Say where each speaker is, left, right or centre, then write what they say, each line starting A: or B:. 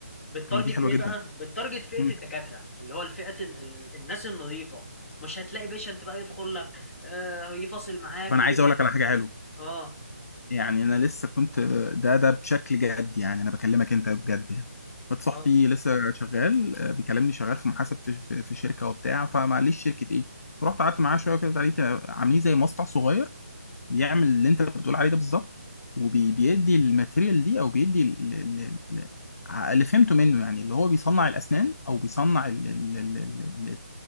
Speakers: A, on the left; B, on the left.
A: بالتارجت
B: طب ما دي حلوه
A: ايه
B: جدا
A: بقى بالتارجت فئة
B: مم.
A: الدكاترة اللي هو الفئة ال... الناس النظيفة مش هتلاقي بيشنت بقى يدخل لك آه يفاصل معاك
B: طب انا
A: ويقول
B: عايز اقول
A: لك
B: لك على حاجه حلوه
A: اه
B: يعني انا لسه كنت ده ده بشكل جد يعني انا بكلمك انت بجد يعني واحد صاحبي
A: اه
B: لسه شغال آه، بيكلمني شغال في محاسب في في, في شركه وبتاع فمعليش شركه ايه رحت قعدت معاه شويه كده لقيت عاملين زي مصنع صغير بيعمل اللي انت بتقول عليه ده بالظبط وبيدي الماتيريال دي او بيدي ال- ال- ال- ع- اللي فهمته منه يعني اللي هو بيصنع الاسنان او بيصنع ال ال ال ال